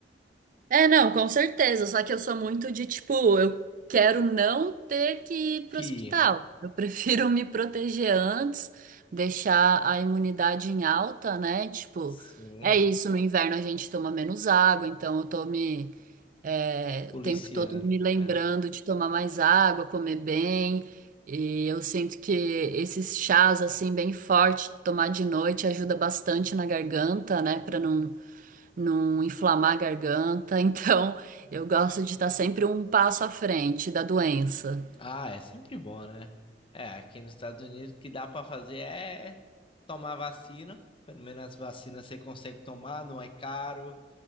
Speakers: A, on the right (about 50°); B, on the left (about 30°).
A: É, não, com certeza. Só que eu sou muito de tipo, eu quero não ter que ir
B: Que,
A: pro hospital. Eu prefiro <laughs> me proteger antes, deixar a imunidade em alta, né? Tipo,
B: sim,
A: é isso. No inverno a gente toma menos água, então eu tô me, é,
B: policiano.
A: o tempo todo me lembrando
B: né?
A: de tomar mais água, comer bem. E eu sinto que esses chás assim bem forte, tomar de noite ajuda bastante na garganta, né? Pra não não inflamar a garganta. <laughs> Então, eu gosto de estar sempre um passo à frente da doença.
B: Ah, é sempre bom, né? É, aqui nos Estados Unidos o que dá para fazer é tomar vacina. Pelo menos as vacinas você consegue tomar, não é caro.